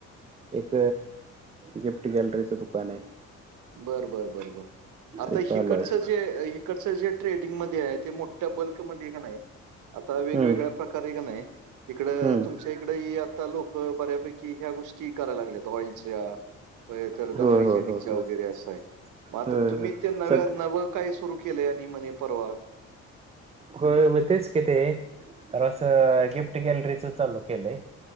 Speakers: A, on the right; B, on the right.
A: एक गिफ्ट गॅलरीचं दुकान आहे.
B: बरं बरं बरं बर. आता
A: ते चालू
B: हिकडचं
A: आहे
B: जे इकडचं जे ट्रेडिंगमध्ये आहे ते मोठ्या बल्कमध्ये कानाय. आता वेगवेगळ्या
A: हम्म
B: प्रकारे कनाय, इकड
A: हम्म
B: तुमच्या इकड ही आता लोक बऱ्यापैकी की ह्या गोष्टी कराय लागल्यात ऑइलच्या, पाहिल तर
A: होय
B: हायजेनिक
A: होय होय
B: ता
A: होय
B: वगैरे अस हाय, मग आता
A: होय
B: तुम्ही
A: होय
B: ते नव्या
A: सत
B: नवं काय सुरू केलंय आणि म्हणे परवा.
A: होय म तेच कि ते, तर असं गिफ्ट गॅलरीच चालू केलंय.